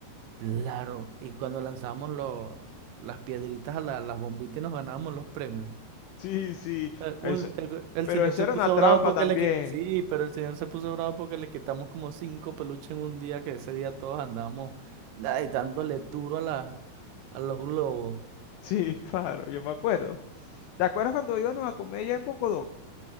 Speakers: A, on the right; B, on the left.
A: Claro. Y cuando lanzábamos los, las piedritas a la- las bombitas y nos ganábamos los premios.
B: Sí, sí.
A: Eh, un-
B: eso-
A: te acuer- El
B: Pero
A: señor
B: eso
A: se
B: era
A: puso
B: una trampa
A: bravo porque
B: también.
A: le quitamos. Sí, pero el señor se puso bravo porque le quitamos como cinco peluches en un día, que ese día todos andábamos ay, dándole duro a la, a los globos.
B: Sí, <laughs> claro, yo me acuerdo. ¿Te acuerdas cuando íbamos a comer allá en Bocodó?